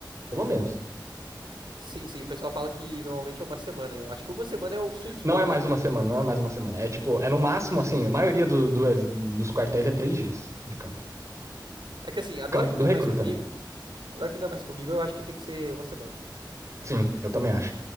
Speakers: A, on the right; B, on the right.
A: pelo menos.
B: Sim, sim, o pessoal fala que normalmente é uma semana, né? Eu acho que uma semana é o sweet spot,
A: Não é mais
B: né?
A: uma semana, não é mais uma semana. É tipo, é no máximo, assim, a maioria do- do- dos quartéis é três dias de campo.
B: É que assim, agora
A: O campo
B: que
A: do
B: não
A: recruta,
B: é mais comigo,
A: né?
B: agora que não é mais comigo, eu acho que tem que ser uma semana.
A: Sim, eu também acho.